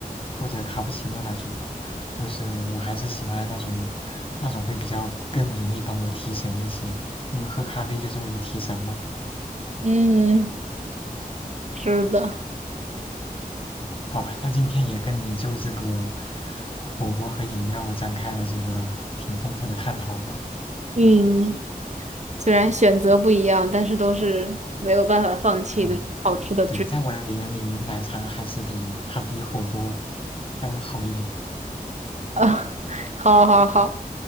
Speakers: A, on the left; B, on the right.
A: 或者卡布奇诺那种吧。就是我还是喜欢那种那种会比较更容易帮我提神一些，因为喝咖啡就是为了提神嘛。
B: 嗯是的，
A: 好吧，那今天也跟你就这个火锅和饮料展开了这个挺丰富的探讨的。
B: 嗯，虽然选择不一样，但是都是没有办法放弃的好吃的追求。
A: 嗯，对，在我眼里，奶茶还是第一，它比火锅要好一点。
B: <laughs> 好好好，